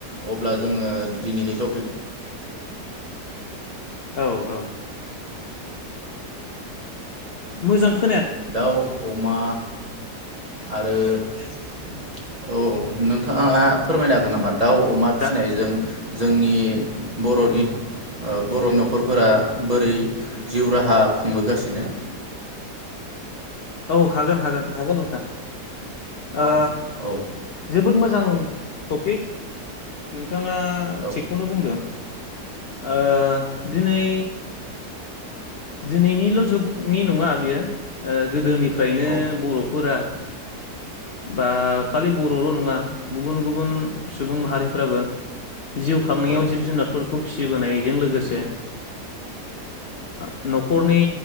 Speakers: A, on the right; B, on the left.
A: अब्ला जोङो दिनैनि टपिक
B: औ औ मोजां खो
A: दाउ अमा आरो औ नोंथाङा फोरमायनो हागोन नामा दाउ अमा फिसिनायजों
B: दा
A: जोंनि बरनि बर नखरफोरा बोरै जिउ राहा खुंबोगासिनो
B: औ हागोन हागोन हागोन नोंथां ओ
A: औ औ
B: जोबोद मोजां मोजां टपिक नों नोंथाङा
A: औ
B: थिगखौनो बुंदों। ओ दिनै दिनैनिल जुगनि नङा बियो ओ गोदोनि फ्रायनो
A: औ
B: बरफोरा बा खालि बरल नङा गुबुन गुबुन सुबुं माहारिफ्राबो जिउ खांनायाव
A: औ
B: जिब जुनारफोरखौ फिसिबोनायजों लोगोसे ओ नखरनि